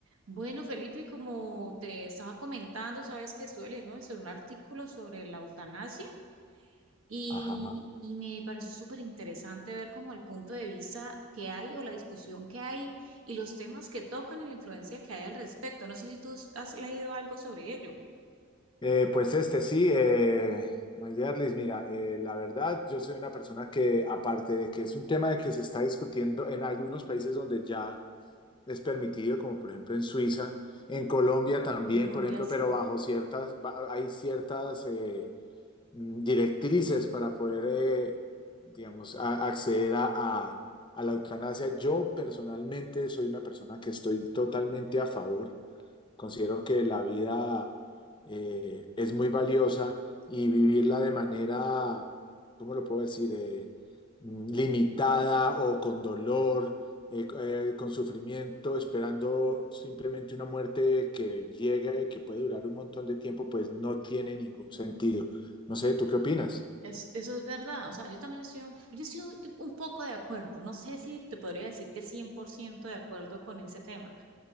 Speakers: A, on the right; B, on the left.
A: Bueno, Felipe, como te estaba comentando, sabes que estuve leyendo sobre un artículo sobre la eutanasia y,
B: Ajá.
A: y me pareció súper interesante ver como el punto de vista que hay o la discusión que hay y los temas que tocan y la influencia que hay al respecto. No sé si tú has leído algo sobre ello.
B: Eh, pues este sí, eh, Mayerlis, mira, eh, la verdad, yo soy una persona que, aparte de que es un tema de que se está discutiendo en algunos países donde ya es permitido, como por ejemplo en Suiza, en Colombia también,
A: Colombia,
B: por ejemplo,
A: sí.
B: pero bajo ciertas, ba- hay ciertas eh, mm, directrices para poder, eh, digamos, a- acceder a, a a la eutanasia. Yo personalmente soy una persona que estoy totalmente a favor. Considero que la vida eh, es muy valiosa y vivirla de manera, ¿cómo lo puedo decir? Eh, mm, limitada o con dolor, eh, eh, con sufrimiento, esperando simplemente una muerte que llega y que puede durar un montón de tiempo, pues no tiene ningún sentido. No sé, ¿tú qué opinas?
A: Es- eso es verdad, o sea, yo también estoy, un- yo estoy un poco de acuerdo, no sé si te podría decir que 100% de acuerdo con ese tema,